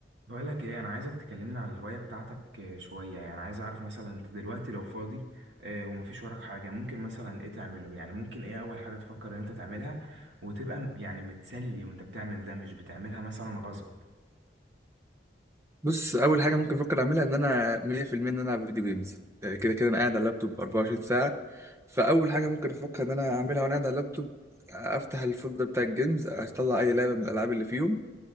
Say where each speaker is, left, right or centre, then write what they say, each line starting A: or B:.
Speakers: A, on the right (about 80°); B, on the right (about 15°).
A: بقولك ايه انا عايزك تكلمنا عن الهواية بتاعتك آه، شوية يعني عايز اعرف مثلا انت دلوقتي لو فاضي آه، ومفيش وراك حاجة ممكن مثلا ايه تعمله يعني ممكن ايه اول حاجة تفكر ان انت تعملها وتبقى م- يعني متسلي وانت بتعمل ده مش بتعملها مثلا غصب
B: بص اول حاجه ممكن افكر اعملها ان انا 100% ان انا العب فيديو جيمز آه، كده كده انا قاعد على اللابتوب 24 ساعه فاول حاجه ممكن افكر ان انا اعملها وانا قاعد على اللابتوب آه، افتح الفولدر بتاع الجيمز اطلع اي لعبه من الالعاب اللي فيهم